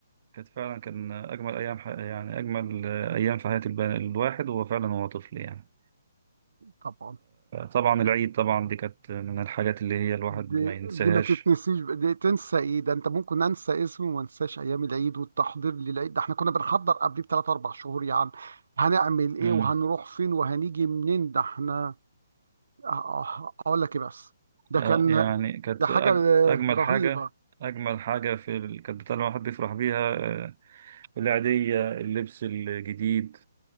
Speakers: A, on the right; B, on the right.
A: كانت فعلا كان أجمل أيام ح... يعني أجمل أيام في حياة الب... الواحد وهو فعلا هو طفل يعني
B: طبعا
A: طبعا العيد طبعا دي كانت من الحاجات اللي هي الواحد
B: دي,
A: ما ينساهاش
B: دي ما تتنسيش ب- دي تنسى ايه ده انت ممكن انسى اسمه وما انساش ايام العيد والتحضير للعيد ده احنا كنا بنحضر قبليه بثلاث اربع شهور يا عم هنعمل ايه
A: امم
B: وهنروح فين وهنيجي منين ده احنا آه، آه، اقول لك ايه بس ده
A: آه،
B: كان
A: يعني كانت
B: ده حاجة
A: أج... أجمل
B: آه، رهيبة
A: حاجة أجمل حاجة في ال... كانت بتاع الواحد بيفرح بيها آه، العيدية اللبس الجديد